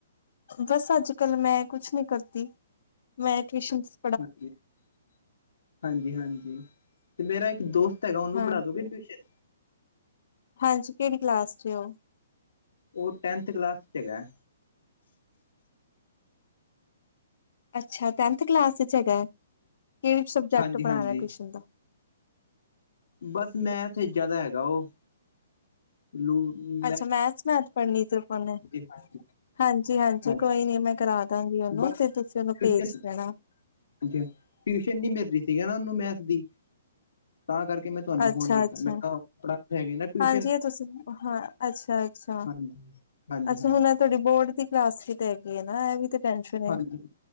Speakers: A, on the left; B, on the left.
A: ਬਸ ਅੱਜ-ਕੱਲ ਮੈਂ ਕੁਛ ਨੀ ਕਰਦੀ ਮੈਂ ਟਊਸ਼ਨਸ
B: ਹਾਂਜੀ-ਹਾਂਜੀ-ਹਾਂਜੀ ਤੇ ਮੇਰਾ ਇੱਕ ਦੋਸਤ ਹੈਗਾ ਓਨੂੰ
A: ਹਾਂਜੀ
B: ਪੜਾਦੋਗੇ ਟਊਸ਼ਨ
A: ਹਾਂਜੀ ਕੇੜੀ ਕਲਾਸ ਚੇ ਓ?
B: ਓ ਟੈਂਨਥ ਕਲਾਸ ਚ ਹੈਗਾ।
A: ਅੱਛਾ ਟੈਂਥ ਕਲਾਸ ਚ ਹੈਗਾ ਕੇੜੇ ਸਬਜੈਕਟ
B: ਹਾਂਜੀ
A: ਪੜ੍ਹਾਣਾ
B: ਹਾਂਜੀ
A: ਟਊਸ਼ਨ ਦਾ।
B: ਬਸ ਮੈਂਥ ਏਚ ਜਾਦਾ ਹੈਗਾ ਓ। ਲੋ ਵੀ।
A: ਅੱਛਾ ਮੈਥਸ-ਮੈਥ ਪੜ੍ਹਨੀ ਸਿਰਫ ਓਨੇ।
B: ਹਾਂਜੀ
A: ਹਾਂਜੀ-ਹਾਂਜੀ
B: ਹਾਂਜੀ
A: ਕੋਈ ਨੀ ਮੈਂ ਕਰਾ ਦਾਂਗੀ ਓਨੂੰ
B: ਬਸ
A: ਫੇਰ ਤੁਸੀਂ ਓਨੂੰ
B: ਟਿਊਸ਼ਨ
A: ਪੇਜ ਦੇਣਾ।
B: ਟਿਊਸ਼ਨ ਨੀ ਮਿਲ ਰੀ ਸੀਗੀ ਨਾ ਓਨੂੰ ਮੈਥ ਦੀ ਤਾਂ ਕਾਰਕੇ ਮੈਂ ਤੁਆਨੂੰ
A: ਅੱਛਾ-ਅੱਛਾ
B: ਫੋਨ ਕੀਤਾ ਮੈਂ ਕੇਆ ਪੜਾਂਦੇ ਹੈਗੇ ਨਾ ਟਿਊਸ਼ਨ
A: ਹਾਂਜੀ ਐ ਤੁਸੀਂ ਹਾਂ ਅੱਛਾ-ਅੱਛਾ-ਅੱਛਾ
B: ਹਾਂਜੀ ਹਾਂਜੀ ਹਾਂਜੀ
A: ਹੁਣ ਐ ਤੁਆਡੀ ਬੋਰਡ ਦੀ ਕਲਾਸ ਵੀ ਤੇ ਹੈਗੀ ਏ ਨਾ ਐ ਵੀ ਤੇ ਟੈਂਨਸ਼ਨ ਏ
B: ਹਾਂਜੀ